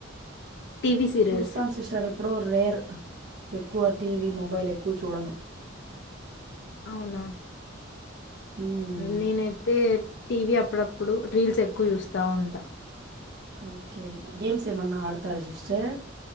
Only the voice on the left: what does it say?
టీవీ సీరియల్స్
అవునా,
నేనైతే, టీవీ అప్పుడప్పుడు, రీల్స్ ఎక్కువ, చూస్తా, ఉంటా,